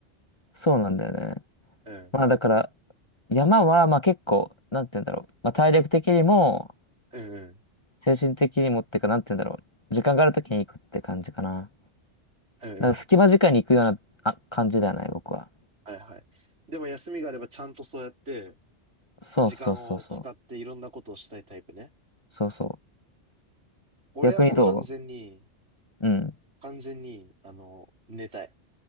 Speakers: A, on the left (about 25°); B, on the right (about 70°).
A: そうなんだよね。
B: うん。
A: まあだから、山は、まあ結構、なんて言うんだろう。まあ体力的にも、
B: うんうん。
A: 精神的にもっていうか、なんて言うんだろう。時間がある時に行くって感じかな。
B: うんうん。
A: なんか隙間時間に行くような、あ、感じではない、僕は。
B: はいはい。でも休みがあればちゃんとそうやって、
A: そうそうそうそう。
B: 時間を使っていろんなことをしたいタイプね。
A: そうそう。
B: 俺はもう完全に、
A: 逆にどううん。
B: 完全に、あの、寝たい。